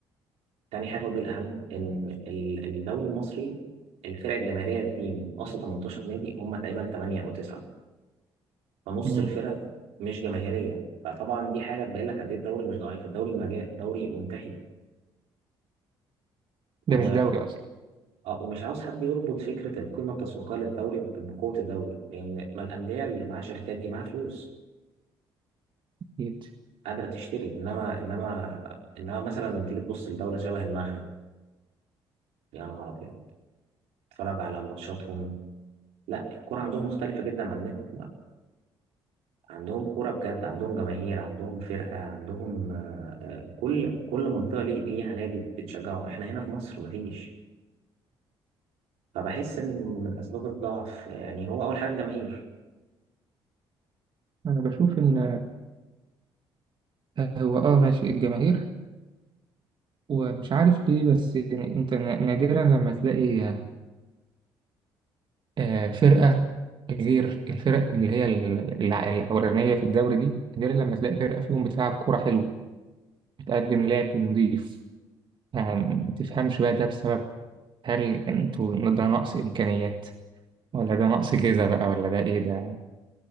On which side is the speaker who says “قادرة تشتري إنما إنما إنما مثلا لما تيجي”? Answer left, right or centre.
Right